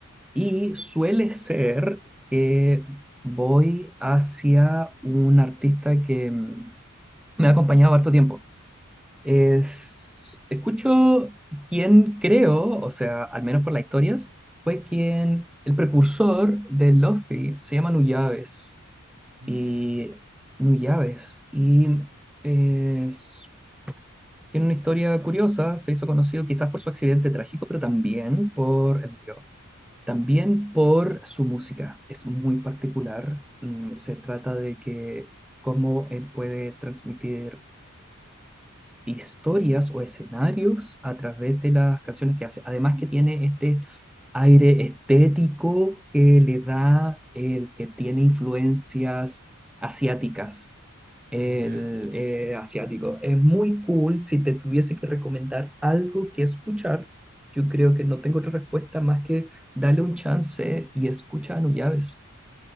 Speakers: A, in the centre; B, on the right.
A: Y suele ser que voy hacia un artista que em, me ha acompañado harto tiempo. Es, escucho quien creo, o sea, al menos por las historias, fue quien, el precursor de Luffy, se llama Nuyabes.
B: <laughs> New
A: Y
B: Jave,
A: Nuyabes. Y
B: ya,
A: es- tiene una historia curiosa, se hizo conocido quizás por su accidente trágico, pero también por, él murió, también por su música. Es muy particular. Mm, Se trata de que cómo él puede transmitir historias o escenarios a través de las canciones que hace. Además que tiene este aire estético que le da el que tiene influencias asiáticas. El
B: ya,
A: eh, asiático. Es muy cool. Si te tuviese que recomendar algo que escuchar, yo creo que no tengo otra respuesta más que darle un chance y escucha a Nujaves.